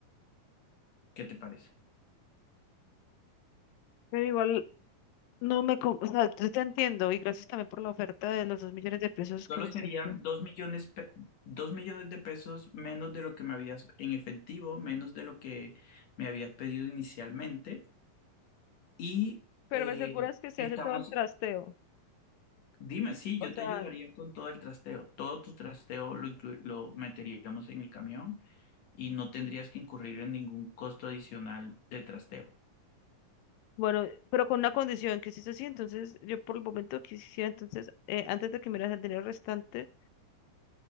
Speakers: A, on the left (about 60°); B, on the left (about 80°).
A: ¿Qué te parece?
B: Pero igual no me, con- o sea, yo te entiendo y gracias también por la oferta de los dos millones de pesos
A: Solo
B: que me
A: serían
B: estás dando.
A: dos millones, pe- 2 millones de pesos menos de lo que me habías en efectivo, menos de lo que me habías pedido inicialmente. Y
B: Pero
A: eh,
B: me aseguras que se
A: estamos,
B: hace todo el trasteo.
A: dime, sí,
B: O
A: yo
B: sea,
A: te ayudaría con todo el trasteo. Todo tu trasteo lo, inclu- lo meteríamos en el camión y no tendrías que incurrir en ningún costo adicional de trasteo.
B: bueno, pero con una condición que si es así, entonces yo por el momento quisiera entonces, eh, antes de que me das el dinero restante,